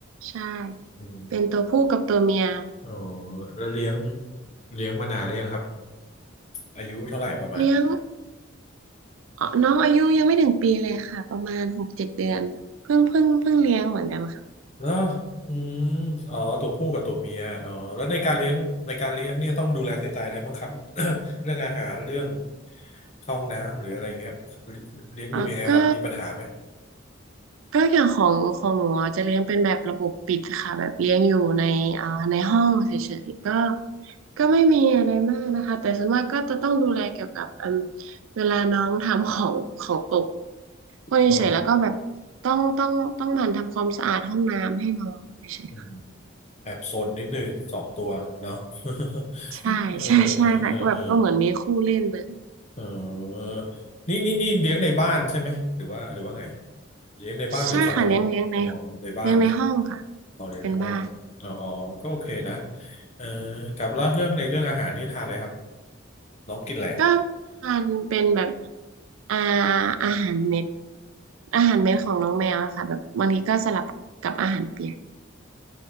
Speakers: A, on the right (about 80°); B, on the left (about 35°).
A: ใช่
B: อืม
A: เป็นตัวผู้กับตัวเมีย
B: อ๋อแล้วเลี้ยงเลี้ยงมานานหรือยังครับอายุเท่าไหร่ประมาณ
A: เลี้ยงเอ่อน้องอายุยังไม่ถึงปีเลยค่ะประมาณหกเจ็ดเดือนเพิ่งเพิ่งเพิ่งเลี้ยงเหมือนกันค่ะ
B: แล้วอืมอ๋อตัวผู้กับตัวเมียอ๋อแล้วในการเลี้ยงในการเลี้ยงเนี่ยต้องดูแลใส่ใจอะไรบ้างครับ <coughs> เรื่องอาหารเรื่องเข้าห้องน้ำหรืออะไรเงี้ยเลี้ยงดูยังไงครับมีปัญหาไหม
A: อ่อก็ ก็อย่างของของหนูอ่ะจะเลี้ยงเป็นแบบระบบปิดค่ะแบบเลี้ยงอยู่ในอ่าในห้องเฉยๆก็ก็ไม่มีอะไรมากนะคะแต่ส่วนมากก็จะต้องดูแลเกี่ยวกับอืมเวลาน้องทำของของตกพวกนี้เฉยๆแล้วก็แบบ
B: อ๋อ
A: ต้องต้องต้องหมั่นทำความสะอาดห้องน้ำให้น้องเฉยๆค่ะ
B: อืมแอบซนนิดนึงสองตัวเนาะ <laughs>
A: ใช่ใช่ใช่ค่ะก็แบบก็เหมือนมีคู่เล่นเลย
B: เออเออเออเออเออนี่นี่นี่เลี้ยงในบ้านใช่ไหมหรือว่าหรือว่าไงเลี้ยงในบ้านหรือคอนโดครับอ๋อในบ้านนะ
A: ใช่ค่ะเลี้ยงเลี้ยงในเลี้ยงในห้องค่ะ
B: อ๋อเรียนในห้องอ๋ออ๋อก็โอเคนะ
A: เป็นบ้าน
B: เออกับล่าเรื่องในเรื่องอาหารนี่ทานอะไรครับน้องกินอะไรอะ
A: ก็ทานเป็นแบบอาอาหารเม็ดอาหารเม็ดของน้องแมวอะค่ะแบบบางทีก็สลับกับอาหารเปียก